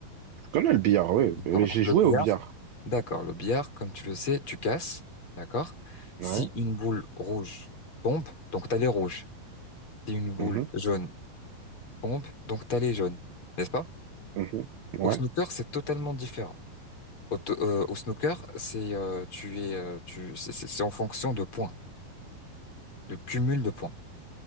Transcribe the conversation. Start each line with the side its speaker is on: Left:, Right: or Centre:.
Right: Je connais le billard, oui,
Left: D'accord.
Right: mais
Left: Donc
Right: j'ai
Left: le
Right: joué
Left: billard,
Right: au billard.
Left: d'accord. Le billard, comme tu le sais, tu casses. D'accord. Si
Right: Ouais.
Left: une boule rouge tombe, donc tu as les rouges. si une boule
Right: Mhm.
Left: jaune tombe, donc t'as les jaunes, n'est-ce pas?
Right: Mhm.
Left: Au
Right: Ouais.
Left: snooker, c'est totalement différent. Au, t- euh, au snooker, c'est euh, tu es euh, tu c'est c'est- c'est en fonction de points, de cumul de points.